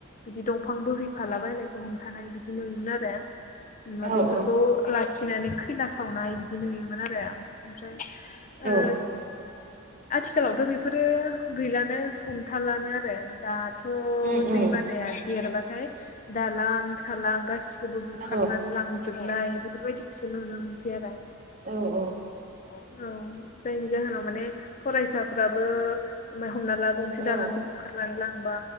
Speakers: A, on the left (about 40°); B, on the right (about 40°).
A: बिदि दंफां बोहैफाला बायनायखौ हमथानाय बिदि नुयोमोन आरो होमबा
B: औ
A: बेफोरखौ
B: औ
A: लाखिनानै खैला सावनाय बिदि नुयोमोन आरो आं ओमफ्राय ओ
B: औ
A: आथिखालावथ' बेफोरो गैलानो हमथालानो आरो दाथ' थ'
B: उम
A: दै
B: उम
A: बानाया देरबाथाय दालां सालां गासिखौबो
B: औ
A: बुखारनानै लांजोबनाय बेफोरबायदिखौसो नुनो मोनसै आरो
B: औ औ
A: औ जायनि जाहोनाव माने फरायसाफ्राबो मा हमना ला गंसे
B: औ
A: दालांखौ बुखारनानै लां बा